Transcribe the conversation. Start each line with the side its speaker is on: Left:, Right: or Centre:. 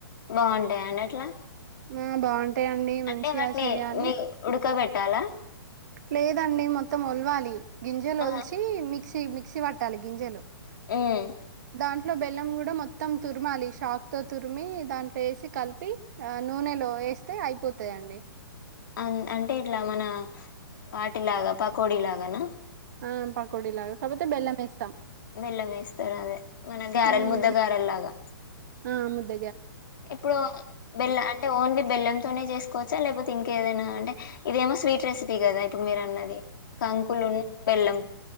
Left: బాగుంటయి అండి అట్లా
Right: ఆ బాగుంటయండి మంచిగా
Left: అంటే వాటిని
Right: చేయాలి.
Left: మీ ఉడకబెట్టాలా
Right: లేదండి మొ మొత్తం ఒల్వాలి గింజలు
Left: ఆ
Right: ఒలిచి మిక్సీ మిక్సీ పట్టాలి గింజలు
Left: మ్
Right: దాంట్లో బెల్లం గుడా మొత్తం తుర్మాలి షాక్తో తుర్మి దాం ఉప్పేసి కల్పి ఆ నూనెలో వేస్తే అయిపోత యండి
Left: అ అంటే ఇట్ల మన వాటిలాగా పకోడీ లాగాన
Right: ఆ పకోడి లాగా కాక్పోతే బెల్లం ఎస్తాం.
Left: బెల్లం ఏస్తారు అదే మన గారెలు
Right: ఉమ్
Left: ముద్ద గారెల్లాగా
Right: ఆ ముద్ద
Left: ఇప్పుడు బెల్లం అంటే ఓన్లీ బెల్లంతోనే చేస్కోవచ్చా లేకపో ఇంకేదైనా అంటే ఇదేమో స్వీట్ రెసిపీ కదా ఇప్పుడు మీరన్నది కంకులు ఉన్న బెల్లం.